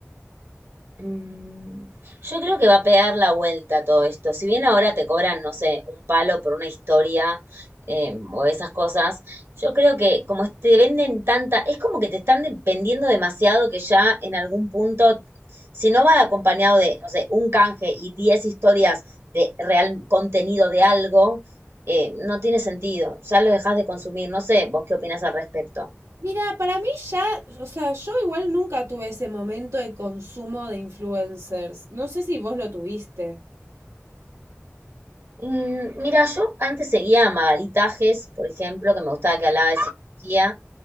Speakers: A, on the right; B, on the right.
A: Mm, Yo creo que va a pegar la vuelta todo esto. Si bien ahora te cobran, no sé, un palo por una historia eh, o esas cosas, yo creo que como te venden tanta, es como que te están de- vendiendo demasiado que ya en algún punto, si no va acompañado de, no sé, un canje y 10 historias de real contenido de algo, eh, no tiene sentido. Ya lo dejas de consumir. No sé, vos qué opinas al respecto.
B: Mira, para mí ya, o sea, yo igual nunca tuve ese momento de consumo de influencers. No sé si vos lo tuviste.
A: Mm, mira, yo antes seguía a Magalí Tajes, por ejemplo, que me gustaba que hablaba de psicología.